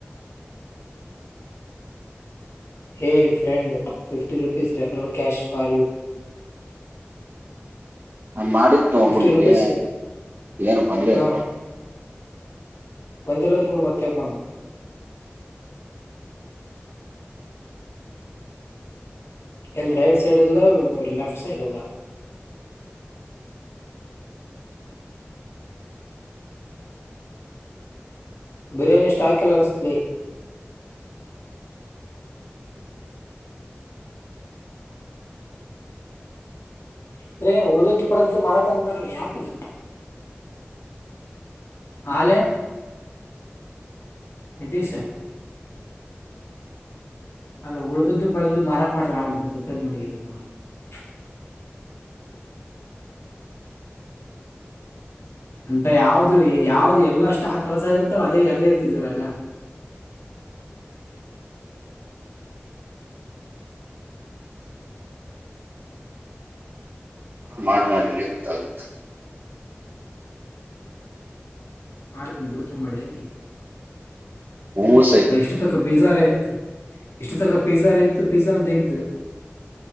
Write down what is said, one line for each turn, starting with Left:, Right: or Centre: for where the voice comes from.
Left: ಹೇ friend fifty ೂಪೀಸ್ referral cash for you
Right: ನಾ ಮಾಡಿದ್ದು
Left: ಫಿಫ್ಟಿ
Right: ಒಬನಿಗೆ
Left: ರುಪೀಸ್
Right: ಏನು ಬಂದೇ
Left: ಹಾ
Right: ಇಲ್ಲ
Left: ಬಂದಿಲ್ಲ ಅಂದರುೂ ಬುಡು ಮತ್ತಾಕ ಮಡಣ್ಣ ಎಲ್ಲಿ ರೈಟ್ ಸೈಡ್ ಇಲ್ಲ ಲೆಫ್ಟ್ ಸೈಡ್ ಇಲ್ಲ ಬಿರಯಾನಿ ಸ್ಟಾಕ್ ಇಲ್ಲ ಅನ್ಸುತ್ಲೆ ಇದ್ರಾಗ ಏನ್ ಉಳ್ದ್ದ ಪಡದ್ದ ಮಾರಕ್ ಅಂತ ಮಾಡಾರಿ ಆಪ್ ಇದು ಹಾಲೇ ನಿತೀಶ್ ಅಲ್ಲ ಉಳ್ದದ್ದು ಪಳ್ದುದು ಮಾರಾಕ್ ಮಾಡ್ರ ಆ ಗೊತ್ತ ನಮಗ <unintelligible> ಅಂತ ಯಾವ್ದು ಯಾವ್ದ ಎಲ್ಲಷ್ಟ ಆ <unintelligible> ಕೆಲಸ ಇರ್ತಾವ ಅದೇ ಅದೇ ಇರ್ತಿದ ಇವ್ರಾಗ <inaudible>
Right: ಮಾಡ್ ನೋಡ್ಲಿ ಗೊತ್ತಾಗುತ್ತೆ
Left: ಮಾಡ್ತನ್ಿ ಬಿಡ್ಕೊಂಡ ಮಾಡಿದ್ದೇನೆ ಈಗ
Right: ಮೊಮೋಸ್ ಐತೆ
Left: ಇಷ್ಟು ತಕ್ಕ ಬೀಜಾರ ಆಯ್ತು ಇಷ್ಟು ತಕ ಪಿಜ್ಜಾ ರ ಇತು ಪಿಜ್ಜಾಾನಂಂತು